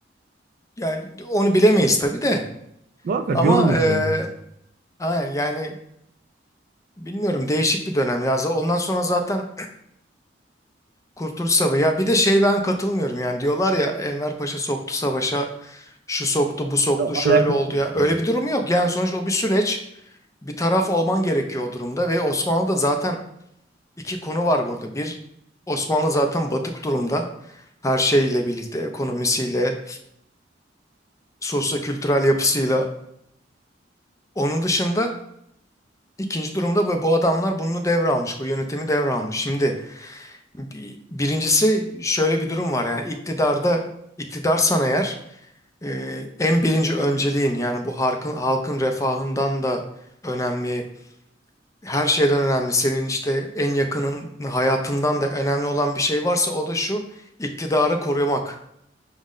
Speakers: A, on the left; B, on the right.
A: yani onu bilemeyiz tabii de
B: Muhakkak
A: ama
B: yorum yapıyorum.
A: e, aynen yani bilmiyorum değişik bir dönem ya. Z- Ondan sonra zaten Kurtuluş Savaşı ya bir de şey ben katılmıyorum yani diyorlar ya Enver Paşa soktu savaşa şu soktu bu soktu
B: Ya,
A: şöyle
B: alakası
A: oldu
B: yok.
A: ya öyle
B: yani.
A: bir durum yok yani sonuçta o bir süreç bir taraf olman gerekiyor o durumda ve Osmanlı da zaten İki konu var burada. Bir, Osmanlı zaten batık durumda. Her şeyle birlikte, ekonomisiyle, sosyo-kültürel yapısıyla. Onun dışında ikinci durumda bu, bu adamlar bunu devralmış, bu yönetimi devralmış. Şimdi bi- birincisi şöyle bir durum var yani iktidarda, iktidarsan eğer e, en birinci önceliğin yani bu halkın, halkın refahından da önemli, her şeyden önemli, senin işte en yakının hayatından da önemli olan bir şey varsa o da şu iktidarı korumak.